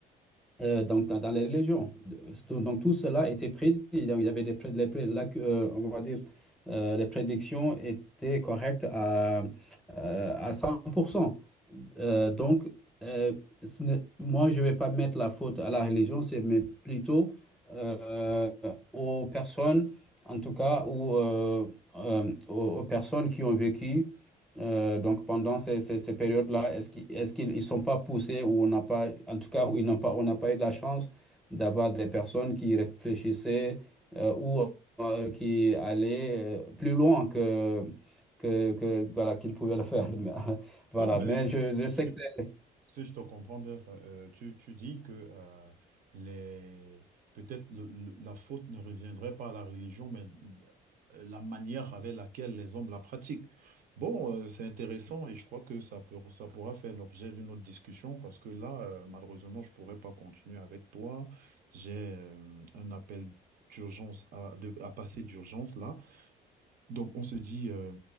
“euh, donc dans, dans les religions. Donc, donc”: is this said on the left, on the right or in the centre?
Centre